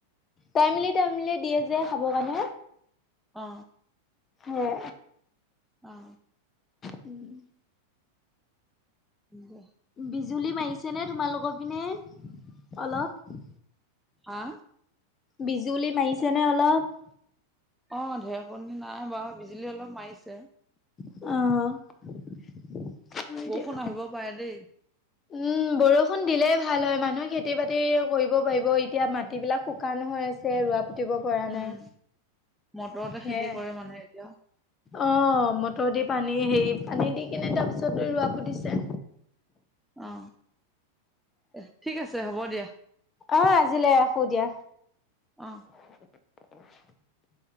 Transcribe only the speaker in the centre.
অ
অ
দেহ
হা
অ ঢেৰকণী নাই বাৰু বিজুলী অলপ মাৰিছে
বৰষুণ
আহিব পাৰে দেই
উম
মটৰতে
খেতি কৰে মানুহে এতিয়া
অ এ ঠিক আছে হ'ব দিয়া
অ